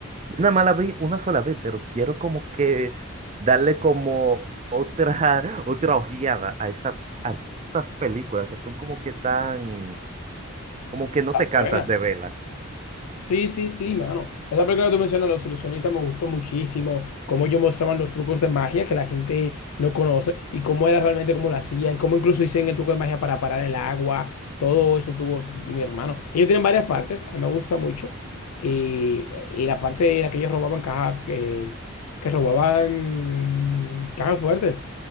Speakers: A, on the right; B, on the left.
A: Yo nada más la vi una sola vez, pero quiero como que darle como otra, <laughs> otra ojeada a, esa- a esas películas que son como que tan, como que no
B: Las
A: te cansas
B: buenas.
A: de verlas.
B: Sí, sí, sí, mano. Esa película que tú mencionas, Los Ilusionistas, me gustó muchísimo. Cómo ellos mostraban los trucos de magia que la gente no conoce y cómo era realmente cómo lo hacían, cómo incluso hicieron el truco de magia para parar el agua. Todo eso tuvo mi hermano. Ellos tienen varias partes, a mí me gusta mucho. Y, y la parte en la que ellos robaban caja, eh, que robaban mm, cajas fuertes.